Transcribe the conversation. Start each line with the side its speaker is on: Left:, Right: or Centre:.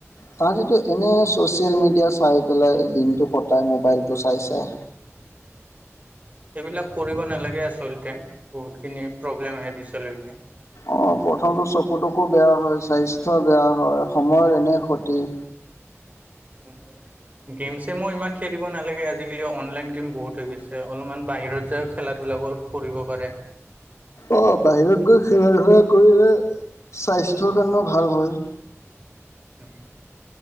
Left: তাহাঁতেতো এনেই ছ'চিয়েল মিডিয়া চাই পেলাই দিনটো কটাই মোবাইলটো চাই চাই।
Right: সেইবিলাক কৰিব নালাগে আচলতে, বহুতখিনি প্ৰব্লেম আহে পিছলৈকে।
Left: অ', প্ৰথমটো চকু তকু বেয়া হয়, স্বাস্থ্য বেয়া হয়, সময়ৰ এনেই ক্ষতি।
Right: উম। গেম ছেমো ইমান খেলিব নালাগে আজিকালি অনলাইন গেম বহুত হৈ গৈছে। অলপমান বাহিৰত যাইয়ো খেলা ধূলা কৰ কৰিব পাৰে।
Left: অ', বাহিৰত গৈ খেলা ধূলা কৰিলে স্বাস্থ্যৰ কাৰণেও ভাল হয়।
Right: উম।